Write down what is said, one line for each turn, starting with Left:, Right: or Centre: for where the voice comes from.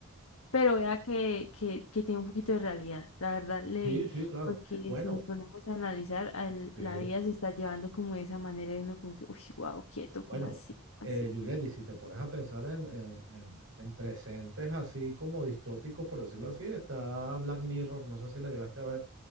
Left: Pero vea que, que, que tiene un poquito de realidad. La verdad, le
Right: sí,
Left: vi.
Right: sí, claro.
Left: Porque
Right: Bueno,
Left: si nos ponemos a analizar, al-
Right: sí.
Left: la vida se está llevando como de esa manera y uno como que, uy, wow, quieto, como
Right: Bueno,
Left: así ¿cómo
Right: eh,
Left: así,
Right: Juliet, y si te pones a pensar en, en, en, en presentes así como distópicos, por decirlo así, está Black Mirror, no sé si la llegaste a ver.